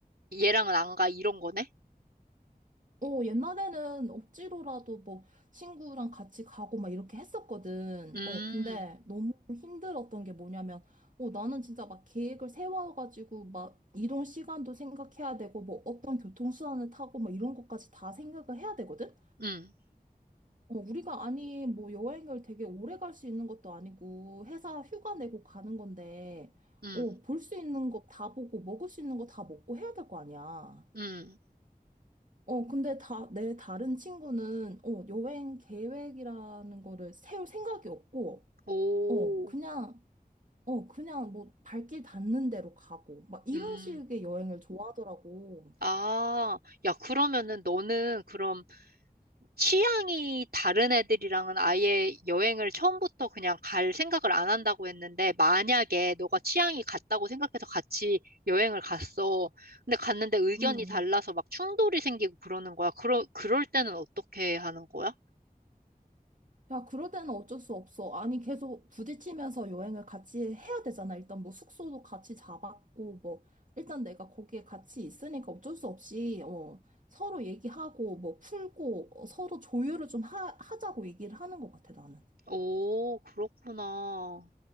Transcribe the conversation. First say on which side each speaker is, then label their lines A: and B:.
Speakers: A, on the right (about 75°); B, on the right (about 55°).
A: 얘랑은 안 가 이런 거네?
B: 어, 옛날에는 억지로라도 뭐 친구랑 같이 가고 막 이렇게 했었거든.
A: 음,
B: 어, 근데 너무 힘들었던 게 뭐냐면, 어, 나는 진짜 막 계획을 세워가지고 막 이동 시간도 생각해야 되고 뭐 어떤 교통수단을 타고 막 이런 것까지 다 생각을 해야 되거든?
A: 음,
B: 어, 우리가 아니 뭐 여행을 되게 오래 갈 수 있는 것도 아니고 회사 휴가 내고 가는 건데,
A: 음,
B: 어, 볼 수 있는 거 다 보고 먹을 수 있는 거 다 먹고 해야 될 거 아니야.
A: 음.
B: 어, 근데 다, 내 다른 친구는, 어, 여행 계획이라는 거를 세울 생각이 없고,
A: 오,
B: 어, 그냥, 어, 그냥 뭐 발길 닿는 대로 가고, 막 이런
A: 음.
B: 식의 여행을 좋아하더라고.
A: 아, 야, 그러면은 너는 그럼 취향이 다른 애들이랑은 아예 여행을 처음부터 그냥 갈 생각을 안 한다고 했는데, 만약에 너가 취향이 같다고 생각해서 같이 여행을 갔어. 근데 갔는데 의견이
B: 음.
A: 달라서 막 충돌이 생기고 그러는 거야. 그러, 그럴 때는 어떻게 하는 거야?
B: 야, 그럴 때는 어쩔 수 없어. 아니, 계속 부딪히면서 여행을 같이 해야 되잖아. 일단 뭐 숙소도 같이 잡았고, 뭐, 일단 내가 거기에 같이 있으니까 어쩔 수 없이, 어, 서로 얘기하고, 뭐 풀고, 어, 서로 조율을 좀 하, 하자고 얘기를 하는 것 같아, 나는.
A: 오, 그렇구나.